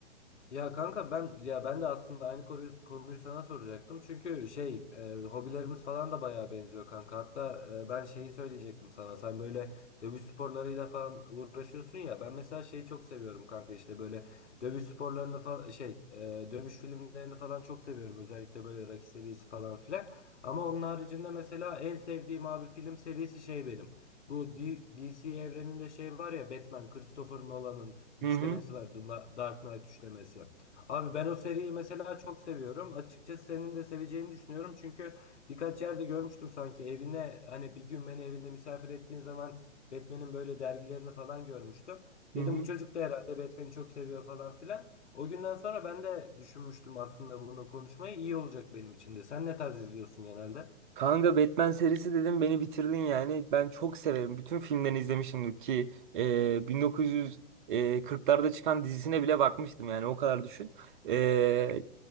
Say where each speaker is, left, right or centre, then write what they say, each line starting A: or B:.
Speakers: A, on the left (about 70°); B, on the right (about 40°).
A: Ya kanka ben ya ben de aslında aynı konuyu, konuyu sana soracaktım. Çünkü şey e, hobilerimiz falan da bayağı benziyor kanka. Hatta e, ben şeyi söyleyecektim sana. Sen böyle dövüş sporlarıyla falan uğraşıyorsun ya. Ben mesela şeyi çok seviyorum kanka işte böyle dövüş sporlarını falan şey e, dövüş filmlerini falan çok seviyorum. Özellikle böyle Rocky serisi falan filan. Ama onun haricinde mesela en sevdiğim abi film serisi şey benim. Bu D- DC evreninde şey var ya Batman, Christopher Nolan'ın üçlemesi
B: Hı hı.
A: var. The Dark Knight üçlemesi. Abi ben o seriyi mesela çok seviyorum. Açıkçası senin de seveceğini düşünüyorum. Çünkü birkaç yerde görmüştüm sanki evine hani bir gün beni evinde misafir ettiğin zaman Batman'in böyle dergilerini falan görmüştüm.
B: Hı
A: Dedim
B: hı.
A: bu çocuk da herhalde Batman'i çok seviyor falan filan. O günden sonra ben de düşünmüştüm aslında bunu konuşmayı. İyi olacak benim için de. Sen ne tarz izliyorsun genelde?
B: Kanka Batman serisi dedim beni bitirdin yani. Ben çok severim. Bütün filmlerini izlemişim ki e, 1940'larda çıkan dizisine bile bakmıştım yani o kadar düşün. E,